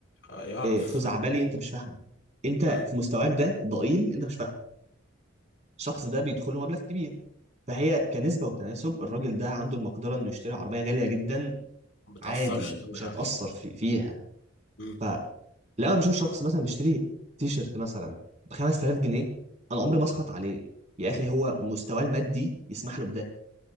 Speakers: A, on the left (about 65°); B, on the right (about 35°).
A: آه، يعرف
B: آه، خزعبلي انت مش فاهمه انت
A: مم.
B: في مستواك ده ضئيل انت مش فاهمه الشخص ده بيدخل له مبلغ كبير فهي كنسبه وتناسب الراجل ده عنده المقدره انه يشتري عربيه غاليه جدا
A: ما بتأثرش
B: عادي
A: قوي
B: مش هيتاثر
A: عليه
B: في فيها
A: مم.
B: فلما بشوف شخص مثلا بيشتري تي شيرت مثلا ب 5000 جنيه انا عمري ما اسخط عليه يا اخي هو مستواه المادي يسمح له بده